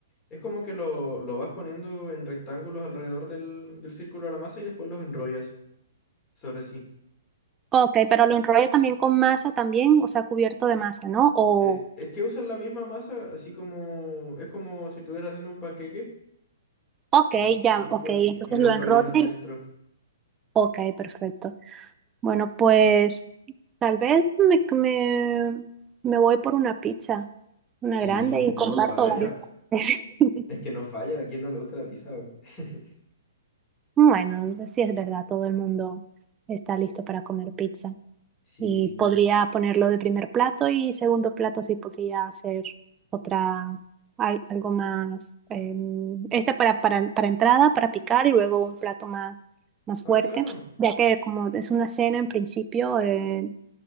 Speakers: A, on the left; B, on the right.
A: es como que lo, lo vas poniendo en rectángulos alrededor del, del círculo de la masa y después los enrollas sobre sí.
B: Ok, pero lo enrollo también con masa también, o sea, cubierto de masa, ¿no? O,
A: Eh, es que usan la misma masa, así como es como si estuvieras haciendo un panqueque
B: ok,
A: y,
B: ya,
A: y tipo
B: ok, entonces
A: y, y lo
B: lo
A: enrollas
B: enrollo
A: hacia
B: y...
A: adentro.
B: Ok, perfecto. Bueno, pues... Tal vez me, me, me voy por una pizza, una
A: Sí,
B: grande y
A: no
B: comparto
A: falla.
B: varios sabores <laughs>
A: Es que no falla. ¿A quién no le gusta la pizza? weón? <laughs>
B: Bueno, sí es verdad, todo el mundo está listo para comer pizza.
A: Sí.
B: Y podría ponerlo de primer plato y segundo plato sí podría hacer otra, al- algo más, em, este para, para, para entrada, para picar y luego un plato más, más
A: Ah,
B: fuerte,
A: claro.
B: ya que como es una cena en principio, eh,